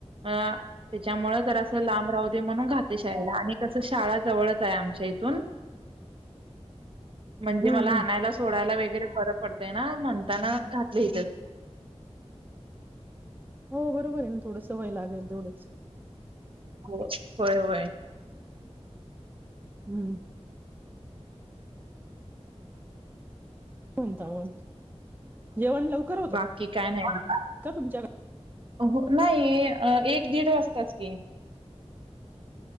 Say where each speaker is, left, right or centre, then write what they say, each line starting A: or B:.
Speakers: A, on the right; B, on the right.
A: त्याच्यामुळं जरा असं लांब राहू दे म्हणून घातलंय शाळेला आणि कसं शाळा जवळच आहे आमच्या इथून, <unintelligible> म्हणजे
B: हम्
A: मला आणायला सोडायला वगैरे बर पडतंय ना म्हणताना घातलय इथेच.
B: हो बरोबर आहे ना थोडं सवय लागेल तेवढंच.
A: हो होय होय.
B: हम्म कोणता हून जेवण लवकर होतात
A: बाकी काय नाही बघा.
B: का तुमच्याकडं?
A: हो नाही एक दीड वाजताच की,